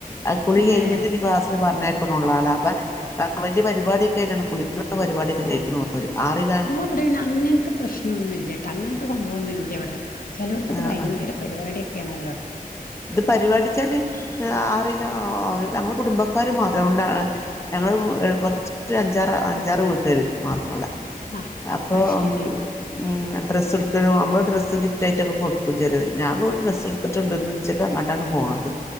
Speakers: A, on the left; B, on the left.
A: അ കുളി
B: തന്നെ
A: കെയ്ഞ്ഞിട്ട്ന്നി ക്ലാസ് പർഞ്ഞയക്കണൊള്ളാലാപ്പ വല്യ പരിപാടിക്കെ ആയിട്ടാണ് കുളിക്കണ പരിപാടിക്കെ കയിക്കണ് ഓല്. ആറില
B: വടെ പിന്നങ്ങൻത്ത പ്രശ്നൊന്നുല്യട്ടങ്ങൻത്ത സംഭവൊന്നുല്യവടെ ചെലോട്ത്തൊക്കെ
A: ആഹ്
B: ഭയങ്കര പരിപാട്യൊക്കേണല്ലോ.
A: ത് പരിപാടിച്ചാല് അ ആറിലോ അവര് ഞങ്ങളെ കുടുംബക്കാര് മാത്രംന്താ - ഞങ്ങള് കൊർച്ച്ട്ട് അഞ്ചാറ് അഞ്ചാറ് വീട്ടുകര് മാത്രള്ളെ.
B: ആ
A: അപ്പൊ
B: അത്
A: ഉം.
B: ശരി
A: ഉം ഡ്രസ്സ്‌ട്ക്കലും നമ്മള് ഡ്രസ് ഗിഫ്റ്റായിറ്റൊക്കെ കൊടുക്കും ചെലോര്‌. ഞാൻ കൊ ഡ്രസ്സ്‌ട്ത്ത്ട്ട്ണ്ട്ന്ന്. ഉച്ചക് അങ്ങട്ടാണ് പോണത്.